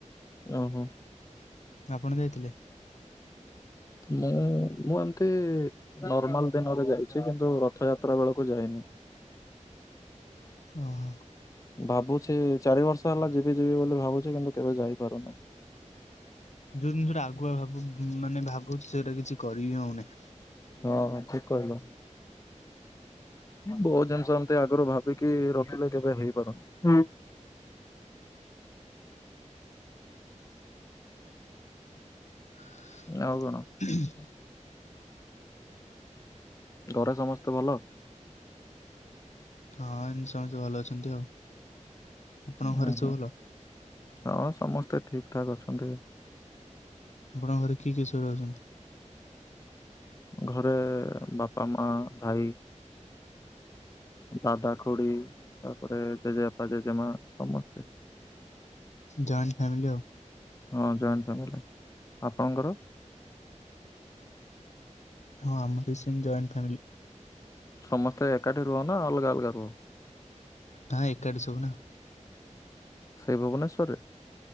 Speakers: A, on the left; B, on the left.
A: ଓହୋ।
B: ଆପଣ ଯାଇଥିଲେ?
A: ମୁଁ ମୁଁ ଏମତି। ନର୍ମାଲ ଦିନରେ ଯାଇଛି କିନ୍ତୁ ରଥଯାତ୍ରା ବେଳକୁ ଯାଇନି।
B: ଓହୋ।
A: ଭାବୁଛି ଚାରି ବର୍ଷ ହେଲା ଯିବି ଯିବି ବୋଲି ଭାବୁଛି କିନ୍ତୁ କେବେ ଯାଇପାରୁନି।
B: ଯୋଉ ଜିନିଷଟା ଆଗୁଆ ଭାବୁ ମାନେ ଭାବୁଛି ସେଇଟା କିଛି କରିହିଁ ହଉନି।
A: ହଁ ହଁ ଠିକ କହିଲୁ ବହୁତ୍ ଜିନିଷ ଏମତି ଆଗରୁ ଭା ଭାବିକି ରଖିଲେ କେବେ ହେଇପାରୁନି ହୁଁ।
B: <inaudible>
A: ଆଉ କଣ?
B: <unintelligible>
A: ଘରେ ସମସ୍ତେ ଭଲ?
B: ହଁ ଏମତି ସମସ୍ତେ ଭଲ ଅଛନ୍ତି ଆଉ। ଆପଣଙ୍କ ଘରେ
A: ଉହୁଁ
B: ସବୁ ଭଲ?
A: ହଁ ସମସ୍ତେ ଠିକ ଠାକ୍ ଅଛନ୍ତି।
B: ଆପଣଙ୍କ ଘରେ କିଏ କିଏ ସବୁ ରହୁଛନ୍ତି?
A: ଘରେ ବାପା ମା ଭାଇ। ଦାଦା ଖୁଡି ତାପରେ ଜେଜେବାପା ଜେଜେମା ସମସ୍ତେ।
B: ଜଏଣ୍ଟ ଫ୍ୟାମିଲି ଆଉ।
A: ହଁ ଜଏଣ୍ଟ ଫ୍ୟାମିଲି ଆପଣଙ୍କର?
B: ହଁ ଆମର ବି ସେମ୍ ଜଏଣ୍ଟ ଫ୍ୟାମିଲି।
A: ସମସ୍ତେ ଏକାଠି ରୁହ ନା ଅଲଗା ଅଲଗା ରୁହ?
B: ନା ଏକାଠି ସବୁ ନା।
A: ସେଇ ଭୁବନେଶ୍ୱର ରେ?